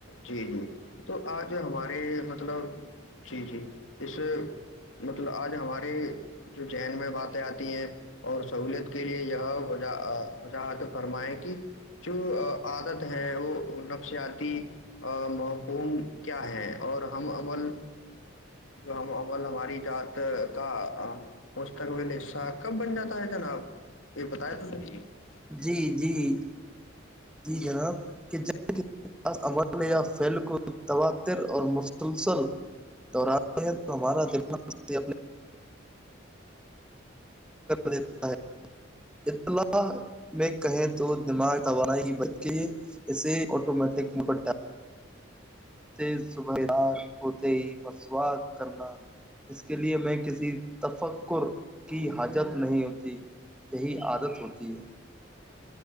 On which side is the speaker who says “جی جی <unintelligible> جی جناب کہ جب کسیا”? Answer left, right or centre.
Centre